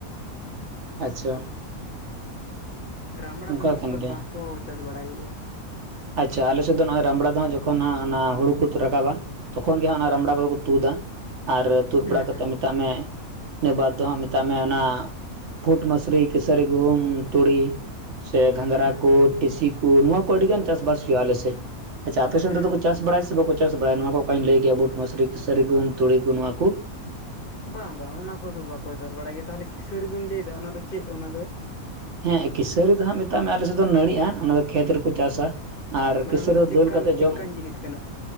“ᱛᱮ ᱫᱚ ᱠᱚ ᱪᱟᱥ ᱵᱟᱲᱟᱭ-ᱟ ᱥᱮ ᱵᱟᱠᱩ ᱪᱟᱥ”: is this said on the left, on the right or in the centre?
Right